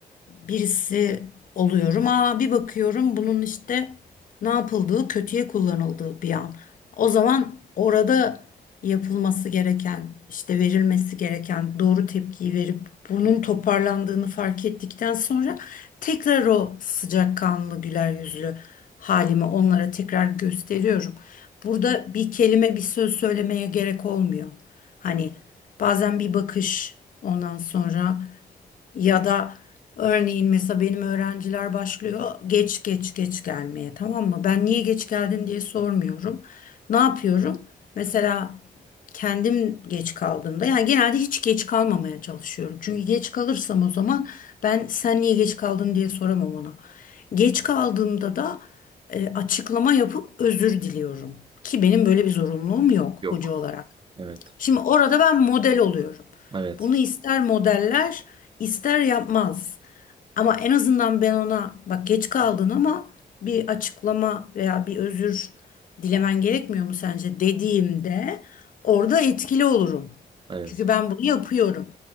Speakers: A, on the left; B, on the right.
A: birisi oluyorum. Aa bir bakıyorum bunun işte ne yapıldığı, kötüye kullanıldığı bir an. O zaman orada yapılması gereken, işte verilmesi gereken doğru tepkiyi verip bunun toparlandığını fark ettikten sonra tekrar o sıcakkanlı, güler yüzlü halimi onlara tekrar gösteriyorum. Burada bir kelime, bir söz söylemeye gerek olmuyor. Hani bazen bir bakış ondan sonra ya da örneğin mesela benim öğrenciler başlıyor geç geç geç gelmeye tamam mı? Ben niye geç geldin diye sormuyorum. Ne yapıyorum? Mesela kendim geç kaldığımda yani genelde hiç geç kalmamaya çalışıyorum. Çünkü geç kalırsam o zaman ben sen niye geç kaldın diye soramam ona. Geç kaldığımda da e, açıklama yapıp özür diliyorum. Ki benim böyle bir zorunluluğum yok
B: Yok.
A: hoca olarak.
B: Evet.
A: Şimdi orada ben model oluyorum.
B: Evet.
A: Bunu ister modeller, ister yapmaz. Ama en azından ben ona bak geç kaldın ama bir açıklama veya bir özür dilemen gerekmiyor mu sence dediğimde orada etkili olurum.
B: Evet.
A: Çünkü ben bunu yapıyorum.